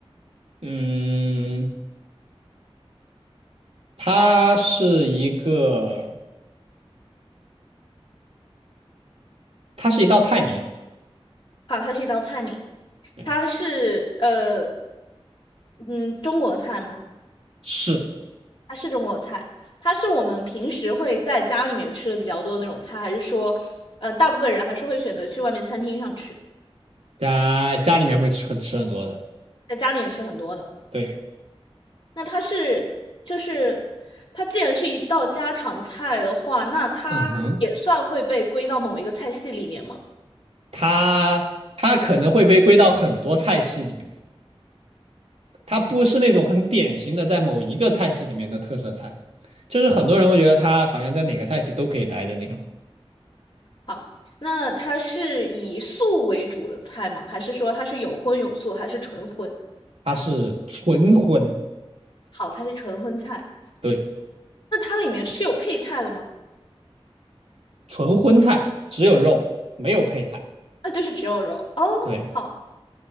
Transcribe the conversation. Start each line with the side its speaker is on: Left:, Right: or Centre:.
Right: 嗯，它是一个，它是一道菜名，
Left: 好，它是一道菜名，
Right: 对，
Left: 它是呃，嗯，中国菜吗？
Right: 是
Left: 它是中国菜，它是我们平时会在家里面吃的比较多的那种菜，还是说，呃，大部分人还是会选择去外面餐厅上吃，
Right: 在家里面会吃很吃很多的，
Left: 在家里面吃很多的？
Right: 对，
Left: 那它是就是它既然是一道家常菜的话，那它也算会被归到某一个菜系里面吗？
Right: 嗯哼，它它可能会被归到很多菜系里面，它不是那种很典型的在某一个菜系里面的特色菜，就是很多人会觉得它好像在哪个菜系都可以待着那种。
Left: 好，那它是以素为主的菜吗？还是说它是有荤有素，还是纯荤？
Right: 它是纯荤，
Left: 好，它是纯荤菜。
Right: 对，
Left: 那它里面是有配菜的吗？
Right: 纯荤菜只有肉没有配菜，
Left: 那就是只有肉哦。
Right: 对，
Left: 好，